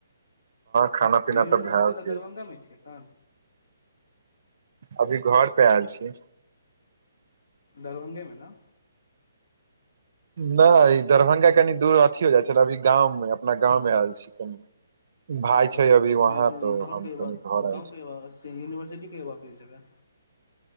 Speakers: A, on the right (about 65°); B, on the left (about 85°).
A: खाना पीना
B: यूनिवर्सिटी
A: तऽ भए
B: कतय अछि
A: गेल
B: दरभंगामे अछि कि एखन
A: अभी घर प आयल छी
B: दरभंगेमे ने
A: नहि, ई दरभंगासँ कनि दूर अछि एखन तऽ हम अपन गाँवमे आयल छी कनि भाय
B: हँ,
A: छै अभी
B: तऽ
A: वहाँ तो
B: घरवला
A: हम कनि घर आयल
B: गाँवसँ
A: छी
B: यूनिवर्सिटी जाएबला जगह अछि